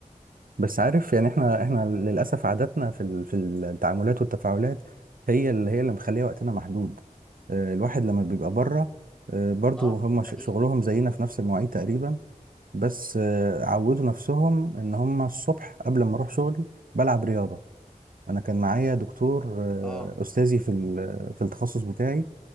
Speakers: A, on the right; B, in the centre.
A: بس عارف يعني احنا احنا للاسف عاداتنا في ال... في التعاملات والتفاعلات هي اللي هي اللي مخليه وقتنا محدود آه، الواحد لما بيبقى بره آه، برضو
B: اه
A: هم ش-
B: حقيقي.
A: شغلهم زينا في نفس المواعيد تقريبا بس آه، عودوا نفسهم ان هم الصبح قبل ما اروح شغلي بلعب رياضة انا كان معايا دكتور آه،
B: اه
A: استاذي في ال- في التخصص بتاعي